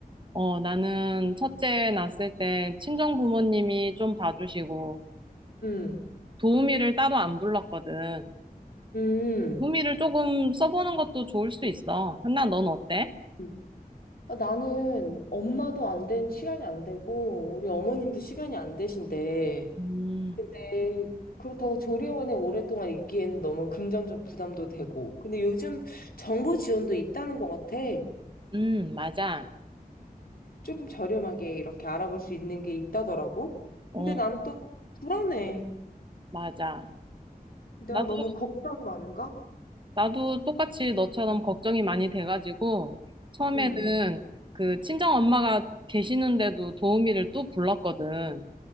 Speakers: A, on the right; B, on the left.
A: 어, 나는 첫째 낳았을 때 친정 부모님이 좀 봐주시고
B: 음.
A: 도우미를 따로 안 불렀거든.
B: 음.
A: 도우미를 조금 써보는 것도 좋을 수 있어. 한나, 넌 어때?
B: 음. 아, 나는 엄마도 안 된, 시간이 안 되고, 우리 어머님도 시간이 안 되신데,
A: 음,
B: 근데 그렇다고 조리원에 오랫동안 있기에는 너무 금전적 부담도 되고, 근데 요즘 정부 지원도 있다는 것 같아.
A: 음, 맞아.
B: 조금 저렴하게 이렇게 알아볼 수 있는 게 있다더라고.
A: 어,
B: 근데 난 또 불안해.
A: 맞아.
B: 내가
A: 나도
B: 너무 걱정이 많은가?
A: 나도 똑같이 너처럼 걱정이 많이 돼가지고, 처음에는
B: 응.
A: 그 친정 엄마가 계시는데도 도우미를 또 불렀거든.